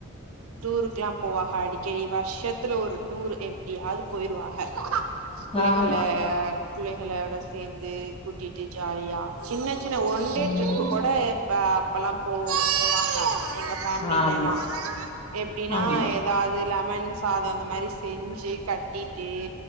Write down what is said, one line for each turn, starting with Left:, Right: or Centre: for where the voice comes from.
Right: டூருக்ல்லா போவாக அடிக்கடி வர்ஷத்துல ஒரு டூர் எப்டியாவது போயிருவாக பிள்ளைகள
Left: ஆமா ஆமா
Right: பிள்ளைகளோட சேர்ந்து கூட்டிட்டு ஜாலியா சின்ன சின்ன ஒன்டே
Left: ம்
Right: ட்ரிப் கூட இப்ப அப்பல்லா போவோ போவாக எங்க ஃபேமிலிலலா
Left: ஆமா
Right: எப்டினா
Left: ஆமா
Right: ஏதாது லெமன் சாதோ அந்த மாரி செஞ்சி கட்டிட்டு